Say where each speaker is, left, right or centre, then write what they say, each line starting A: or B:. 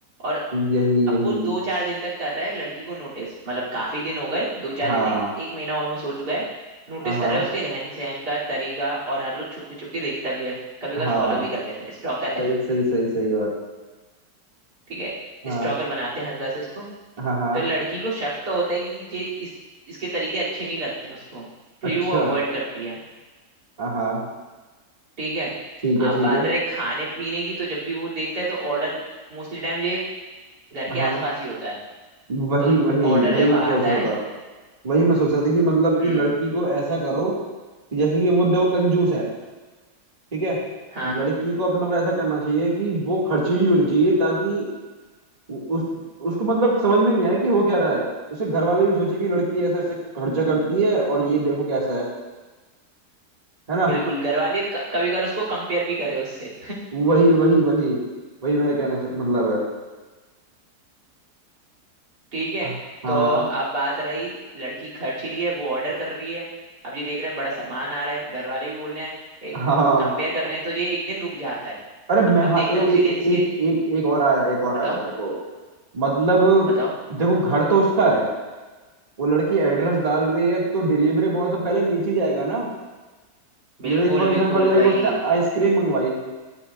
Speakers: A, on the right; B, on the right.
A: और
B: यही
A: अब
B: यही
A: वो दो चार दिन तक कर रहा है लड़की को नोटिस मतलब काफी दिन हो गए दो चार
B: हाँ
A: दिन नहीं, एक महीना ऑलमोस्ट हो चुका है नोटिस
B: हाँ
A: कर रहा है उसके रहन सहन का तरीका और हर रोज छुपके छुपके देखता भी है कभी कभी
B: हाँ
A: फॉलो भी कर लेता है स्टॉकर है
B: सही सही सही सही बात
A: ठीक है
B: हाँ
A: स्टॉकर बनाते हैं हल्का से इसको
B: हाँ हाँ
A: तो लड़की को शक तो होता है कि ये इस इसके तरीके अच्छे नहीं लगते हैं उसको फिर
B: अच्छा
A: भी वो अवॉइड करती है
B: हाँ
A: ठीक है
B: ठीक है
A: अब
B: ठीक
A: बात
B: है
A: रही खाने पीने की तो जब भी वो देखता है तो ऑर्डर मोस्टली टाइम ये घर के
B: हाँ
A: आसपास ही होता है
B: वही
A: तो
B: वही
A: ऑर्डर
B: वही
A: जब
B: मैं
A: आता
B: सोच रहा
A: है
B: था वही मैं सोच रहा था कि मतलब
A: हम्म
B: कि लड़की को ऐसा करो कि जैसे कि वो देखो कंजूस है ठीक है
A: हाँ
B: लड़की को अपना को ऐसा करना चाहिए कि वो खर्चीली होनी चाहिए ताकि उ- उस उसको मतलब समझ में नहीं आए कि हो क्या रहा है उसे घर वाले भी सोचे कि लड़की ऐसे ऐसे खर्चा करती है और ये देखो कैसा है है ना
A: बिल्कुल घर वाले क- कभी कभार उसको कंपेयर भी करे उससे
B: वही वही वही वही मेरा कहना चा- मतलब है
A: ठीक है
B: हाँ हाँ
A: तो अब बात रही लड़की खर्च रही है वो ऑर्डर कर रही है अब ये देख रहा है बड़ा सामान आ रहा है घर वाले भी बोल रहे हैं एक
B: हाँ
A: कंपेयर कर रहे हैं तो ये एक दिन रुक जाता है
B: अरे मैं
A: अब
B: हाँ
A: देखता
B: एक
A: हूँ
B: एक
A: उसी दिन इसके
B: एक एक एक और आया एक और
A: बताओ
B: आया मेरे को मतलब
A: बताओ
B: देखो घर तो उसका है वो लड़की एड्रेस
A: हम्म
B: डाल रही है तो डिलीवरी बॉय तो पहले नीचे जाएगा ना
A: बिल्कुल
B: जैसे फॉर
A: बिल्कुल
B: एग्जांपल लाइक
A: भाई
B: उसने आइसक्रीम मंगवाई